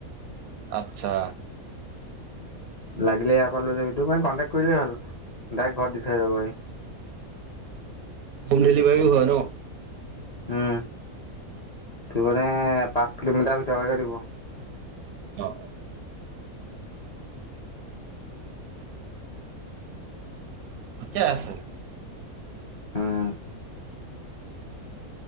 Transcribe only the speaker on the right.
আচ্ছা।
হোম ডিলিভাৰীও হ'য় ন'?
অ কেতিয়া আছিল?